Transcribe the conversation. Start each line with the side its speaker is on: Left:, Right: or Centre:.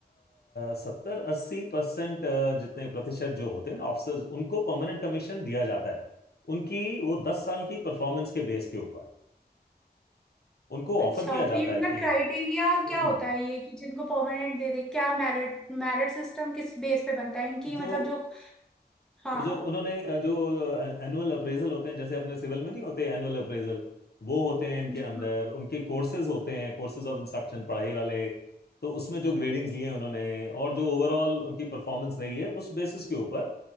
Left: सत्तर अस्सी परसेंट जितने प्रतिशत जो होते हैं ना ऑफिसर्स उनको परमानेंट कमीशन दिया जाता है उनकी वो दस साल की परफॉर्मेंस के बेस के ऊपर उनको
Centre: अच्छा
Left: ऑफर किया
Centre: तो
Left: जाता
Centre: ये मतलब
Left: है कि
Centre: क्राइटेरिया
Left: हम्म
Centre: क्या होता है ये कि जिनको परमानेंट दे दे क्या मेरिट मेरिट सिस्टम किस बेस पे बनता है इनकी
Left: जो
Centre: मतलब जो हाँ
Left: वो जो उन्होंने अ, जो एनुअल अप्रेजल होते हैं जैसे अपने सिविल में नहीं होते एनुअल अप्रेजल वो होते हैं इनके
Centre: जी
Left: अंदर
Centre: हाँ,
Left: उनके कोर्सेज होते हैं कोर्सेज ऑफ इंस्ट्रक्शन पढ़ाई वाले तो उसमें जो ग्रेडिंग्स लिए हैं उन्होंने और जो ओवरऑल उनकी परफॉर्मेंस रही है उस बेसिस के ऊपर